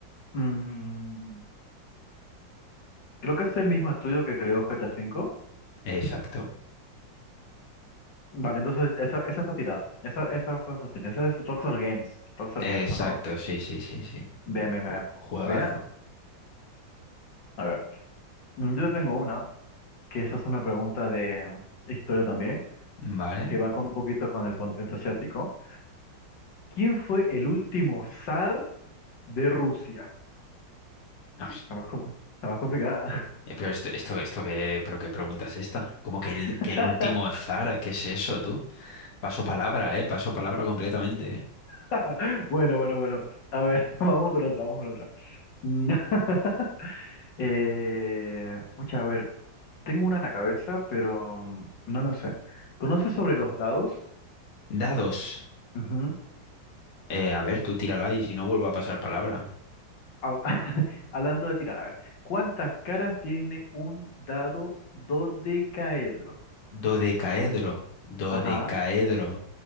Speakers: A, on the left; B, on the left.
A: Mm, creo que es el mismo estudio que creó GTA V.
B: Exacto,
A: Vale, entonces esa, esa está tirada. Esa, esa fue fácil. Esa es Rockstar Games. Rockstar
B: exacto,
A: Games, ¿o no?
B: sí, sí, sí, sí.
A: Bien, bien, bien.
B: Ju- Juegazo.
A: Bien. A ver, mm, yo tengo una, que esa es una pregunta de eh, historia también,
B: Vale.
A: que va con un poquito con el continente asiático. ¿Quién fue el último zar de Rusia?
B: Ah,
A: Está más, com- está más complicada.
B: Eh, Pero esto, esto, esto qué, pero qué pregunta es esta. Como que el,
A: <laughs>
B: que el último zar, ¿qué es eso, tú? Paso palabra, eh, paso palabra completamente. eh.
A: <laughs> Bueno, bueno, bueno. A ver, <laughs> vamos con otra, vamos con otra. Mm, <laughs> eh, pucha, a ver, tengo una en la cabeza, pero mm, no lo sé. ¿Conoces sobre los dados?
B: Dados.
A: Ujú.
B: Eh, a ver, tú tírala y si no vuelvo a pasar palabra.
A: Ha- <laughs> Hablando de tirar, a ver, ¿cuántas caras tiene un dado dodecaedro?
B: Dodecaedro, dodecaedro.
A: Ajá,